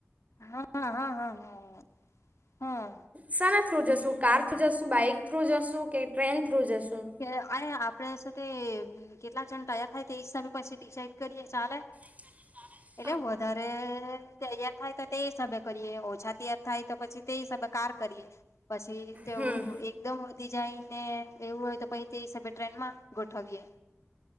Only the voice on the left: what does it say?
હા હા હા હા હા હા
કે આ આપડે સાથે કેટલા જણ તૈાર થાય તે હિસાબે પછી ડિસાઇડ કરીએ ચાલે
એટલે વધારે તૈયાર થાય તે હિસાબે કરીએ ઓછા તયાર થાય તો પછી તે હિસાબે કાર કરીએ પછી તેવું
એક એકદમ વધી જાય ને એવું હોય તો પછ તે હિસાબે ટ્રેનમાં ગોઠવીએે